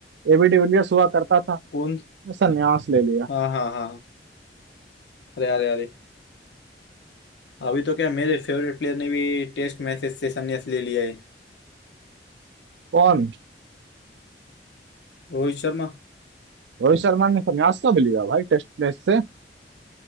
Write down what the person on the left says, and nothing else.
कौन
हाँ हाँ हाँ हाँ। अरे अरे अरे अभी तो क्या मेरे फेवरेट प्लेयर ने भी टेस्ट मैचेस से संन्यास ले लिया है
रोहित शर्मा